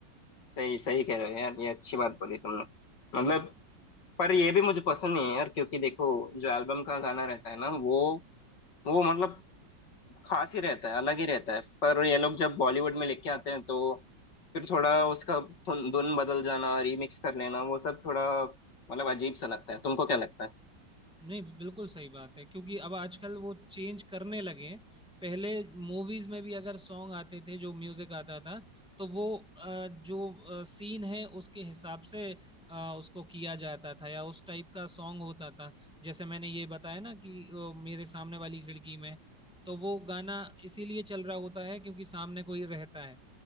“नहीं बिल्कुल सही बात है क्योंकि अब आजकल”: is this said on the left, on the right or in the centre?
Centre